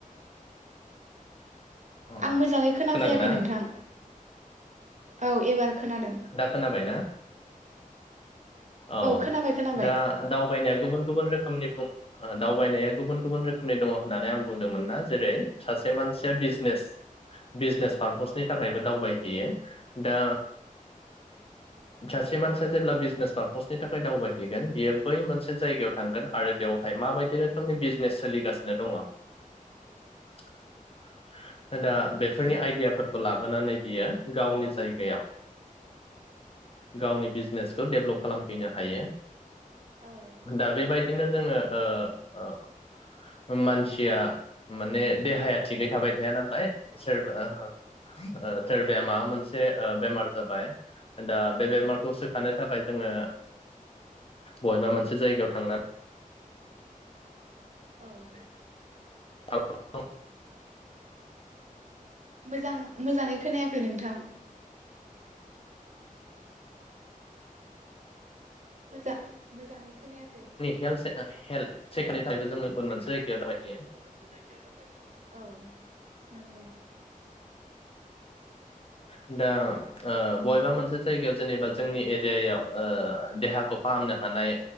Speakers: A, on the left; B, on the right.
A: अ
B: आं मोजाङै खोनाफैयाखै
A: खोनादोंना
B: नोंथां। औ एबार खोनादों
A: दा खोनाबायना? औ
B: खोनाबाय खोनाबाय
A: दा दावबायनाया गुबुन गुबुन रोखोमनि बुं दावबायनाया गुबुन गुबुन रोखोमनि दङ होननानै आं बुंदोंमोन ना जेरै सासे मानसिया बिजनेस बिजनेस पारपसनि थाखायबो दावबायहैयो दा सासे मानसिया जेब्ला बिजनेस फारपस्टनि थाखाय दावबायहैगोन बियो बै मोनसे जायगायाव थांगोन आरो बेवहाय माबायदि रोखोमनि बिजनेस सोलिगासिनो दङ <unintelligible> बेफोरनि आइदियाफोरखौ लाबोनानै बियो गावनि जायगायाव गावनि बिजनेसखौ डेबलप खालामफैनो हायो
B: दङ
A: दा बेबायदिनो जोङो ओ-ओ मानसिया माने देहाया थिगै थाबाय थाया नालाय सोरबा ओ-ओ सोरबाया माबा मोनसे ओ बेमार जाबाय दा बे बेमारखौ सोखानो थाखाय जोङो बबेबा मोनसे जायगायाव थांनानै।
B: ओउ। <unintelligible>
A: गावनि
B: मोजां मोजाङै खोनायाखै नोंथां। मोजां मोजाङै खोनायाखै
A: हेल्थ
B: दा जोंनि हेल
A: हेल्थ
B: <unintelligible>
A: चेकनि थाखायबो जोङो गुबुन
B: सेकाबनि
A: मोनसे जायगायाव
B: थाखायबो
A: दावबायहैयो
B: जोङो गुबुन मोनसे जायगायाव दाबायहैयो ओउ नोंगौ।
A: द दा बबेबा मोनसे जायगायाव जेनेबा जोंनि एरियायाव देहाखौ फाहामनो हानाय